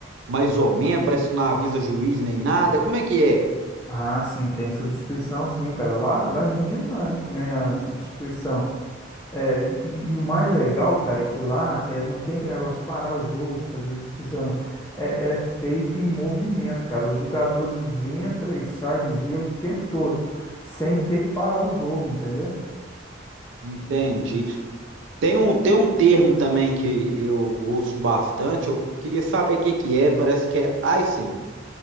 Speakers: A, on the right; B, on the left.
A: mais ou menos, parece que não avisa juiz nem nada. Como é que é?
B: Ah, sim, tem substituição, sim, cara. Lá, lá é muito dinâmico, né, a substituição. É, e, e- e o mais legal, cara, é que lá é, não tem aquele negócio de parar o jogo, fazer substituição, não. É, é feito em movimento, cara. Os jogadores entram e saem do gelo o tempo todo, sem ter que parar o jogo, entendeu?
A: Entendi. Tem um, tem um termo também que eu ouço bastante, eu queria saber o que que é, parece que é icing.